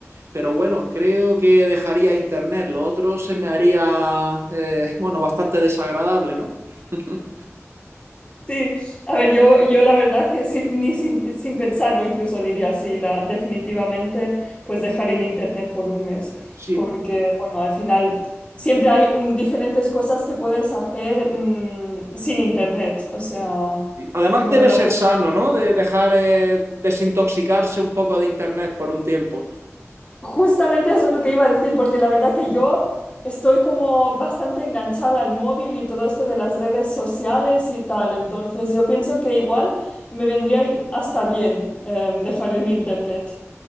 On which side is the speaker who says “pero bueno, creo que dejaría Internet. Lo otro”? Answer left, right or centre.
Right